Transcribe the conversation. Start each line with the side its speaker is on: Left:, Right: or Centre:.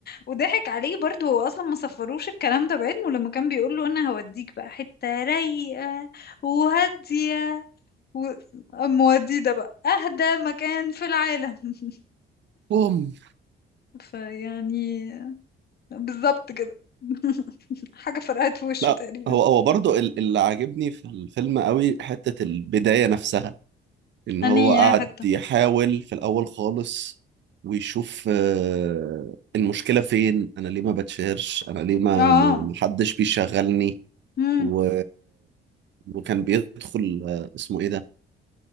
Left: وضحك عليه برضه هو اصلا ما صفروش الكلام ده بعلمه لما كان بيقول له انا هوديك بقى حتة رايقة وهادية و... أم ودي ده بقى اهدى مكان في العالم <laughs>
Right: بوم
Left: فيعني بالظبط كده <laughs> حاجة فرقعت في وشه
Right: لا
Left: تقريبا
Right: هو هو برضو ال- اللي عاجبني في الفيلم قوي حتة البداية نفسها ان
Left: اني
Right: هو قعد
Left: يا حتة
Right: يحاول في الاول خالص ويشوف آه، المشكلة فين انا ليه ما بتشهرش انا ليه ما
Left: اه
Right: ما- ما حدش بيشغلني
Left: امم
Right: و... وكان بيدخل آه، اسمه ايه ده